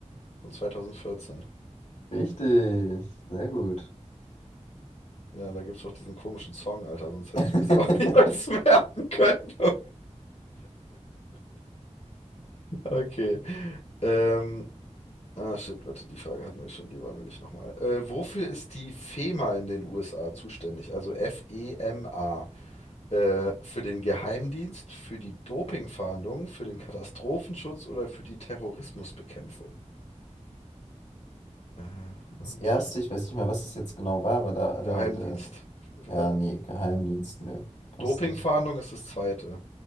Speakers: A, on the left (about 60°); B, on the left (about 75°).
A: und 2014.
B: Richtig. Sehr gut.
A: Ja, da gibt's doch diesen komischen Song, Alter, sonst hätte
B: <laughs>
A: ich mir das auch <laughs> niemals merken können. Okay. Ähm, Ah, shit, warte, die Frage hatten wir schon, die wollen wir nicht nochmal. Äh, wofür ist die FEMA in den USA zuständig? Also F-E-M-A. Äh, für den Geheimdienst, für die Dopingfahndung, für den Katastrophenschutz oder für die Terrorismusbekämpfung? Äh, und
B: Das erste, ich weiß nicht mehr, was es jetzt genau war, aber da,
A: Geheimdienst.
B: da, da, ja,
A: Äh,
B: nee, Geheimdienst, nö, passt
A: Dopingfahndung
B: nicht.
A: ist das zweite.